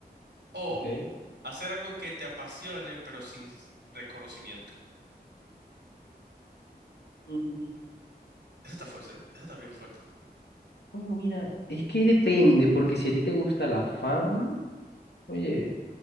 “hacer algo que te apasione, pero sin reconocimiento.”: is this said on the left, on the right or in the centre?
Right